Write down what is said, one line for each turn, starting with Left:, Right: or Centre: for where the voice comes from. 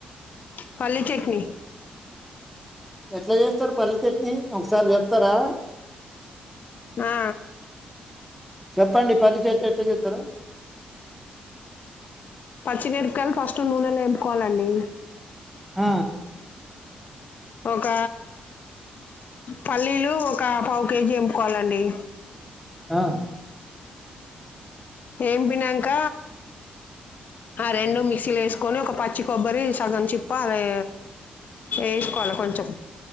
Left: పలీ చట్నీ
Centre: ఎట్లా చేస్తారు పని చెట్ని ఒకసారి చెప్తారా
Left: ఆ
Centre: చెప్పండి పల్లి చట్నీ ఎట్ చెతార
Left: పచ్చిమిరపకాయలు ఫస్ట్ నూనెలో వేంపుకోవాలండి
Centre: ఆ
Left: ఒక పల్లీలు ఒక పావు కేజీ ఎంపుకోవాలండి
Centre: ఆ
Left: ఏం పినక ఆ రెండు మిక్సీలు వేసుకొని ఒక పచ్చి కొబ్బరి సగం చిప్ప అదే ఏకాల కొంచ